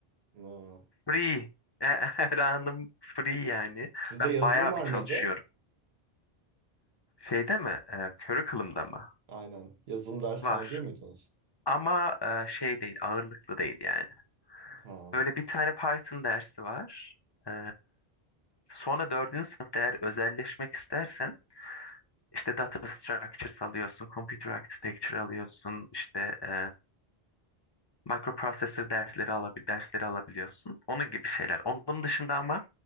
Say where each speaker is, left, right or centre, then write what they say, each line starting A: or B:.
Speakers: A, on the right; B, on the left.
A: <laughs> Aa.
B: free. <laughs> Her anım free yani.
A: Sizde
B: Ben
A: yazılım
B: bayağı
A: var
B: bir çalışıyorum.
A: mıydı?
B: Şeyde mi? E, curriculum'da mı?
A: Aynen. Yazılım dersi
B: Var.
A: falan alıyor muydunuz?
B: Ama e, şey değil, ağırlıklı değil yani.
A: Ha.
B: Böyle bir tane Python dersi var. E, sonra dördüncü sınıfta eğer özelleşmek istersen İşte data structures alıyorsun, computer architecture alıyorsun, işte e, microprocessor dersleri alabil dersleri alabiliyorsun. Onun gibi şeyler. Onun dışında ama